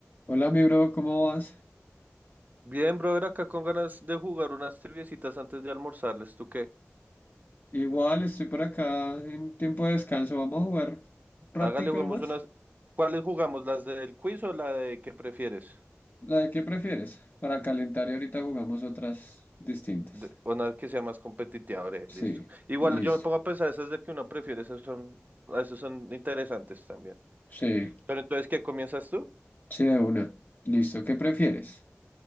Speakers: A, on the left; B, on the right.
A: Hola, mi bro, ¿cómo vas?
B: Bien, brother, acá con ganas de jugar unas triviecitas antes de almorzarles. ¿Tú qué?
A: Igual estoy por acá en tiempo de descanso. Vamos a jugar un ratico
B: Hágale, juguemos
A: nomás.
B: unas. ¿Cuáles jugamos? ¿Las del quiz o la de qué prefieres?
A: ¿La de qué prefieres? Para calentar y ahorita jugamos otras distintas.
B: De- Una que sea más competitiva, breve,
A: Sí,
B: listo. Igual
A: listo.
B: yo me pongo a pensar, esas de que uno prefiere, esas son, esas son interesantes también.
A: Sí,
B: Pero entonces, ¿qué comienzas tú?
A: sí, de una. Listo, ¿qué prefieres?